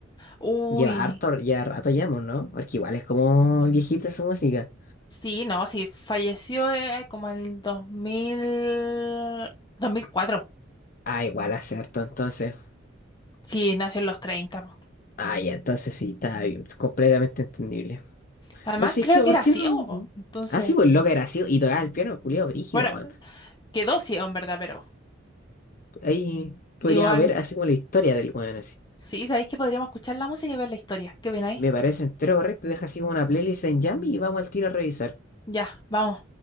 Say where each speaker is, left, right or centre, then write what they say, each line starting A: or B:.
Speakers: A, on the left; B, on the left.
A: Uy,
B: Lleva harto, ya rato ya, po, ¿no? Porque igual es como viejita su música.
A: sí, no, sí, falleció eh, como el dos dos mil dos mil cuatro
B: Ah, igual hace harto, entonces.
A: Sí, nació en los 30 po.
B: Ah, ya, entonces sí, está bien, completamente entendible.
A: Además,
B: Así
A: creo
B: que,
A: que
B: ¿por
A: era
B: qué
A: ciego,
B: no? Mm.
A: po. Entonces,
B: Ah, sí, pues loca era así, y tocaba el piano, culiado brígido,
A: bueno,
B: weón.
A: quedó ciego en verdad, pero...
B: Ahí podríamos
A: Igual.
B: ver así como la historia del weón, así.
A: Sí, sabéis que podríamos escuchar la música y ver la historia. ¿Qué opináis?
B: Me parece entero correcto, deja así como una playlist en Jam y vamos al tiro a revisar.
A: Ya, vamos.